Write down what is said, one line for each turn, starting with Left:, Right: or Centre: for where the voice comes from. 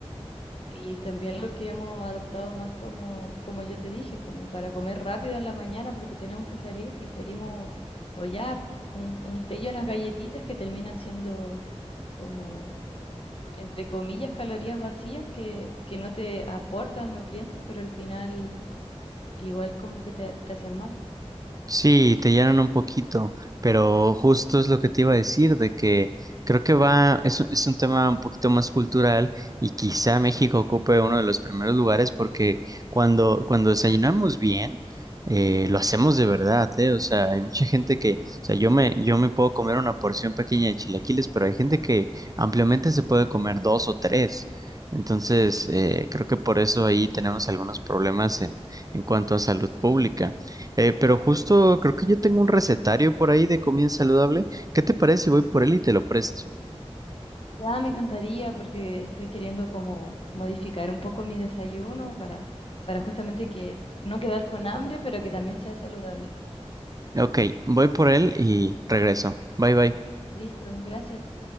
Left: y también lo que hemos adoptado más como, como yo te dije, como para comer rápido en la mañana porque tenemos que salir, preferimos o ya un, un té y unas galletitas que terminan siendo como, entre comillas, calorías vacías que, que no te aportan nutrientes, pero al final igual como que te, te hacen mal.
Right: Sí, te llenan un poquito, pero justo es lo que te iba a decir, de que creo que va, es, un- es un tema un poquito más cultural y quizá México ocupe uno de los primeros lugares porque cuando, cuando desayunamos bien, eh, lo hacemos de verdad, ¿eh? O sea, hay mucha gente que, o sea, yo me, yo me puedo comer una porción pequeña de chilaquiles, pero hay gente que ampliamente se puede comer dos o tres. Entonces, eh, creo que por eso ahí tenemos algunos problemas en, en cuanto a salud pública. Eh, pero justo creo que yo tengo un recetario por ahí de comida saludable. ¿Qué te parece si voy por él y te lo presto?
Left: Ya me encantaría porque estoy queriendo como modificar un poco mi desayuno para, para justamente que no quedar con hambre, pero que también sea saludable.
Right: Ok, voy por él y regreso. Bye bye.
Left: Listo, gracias.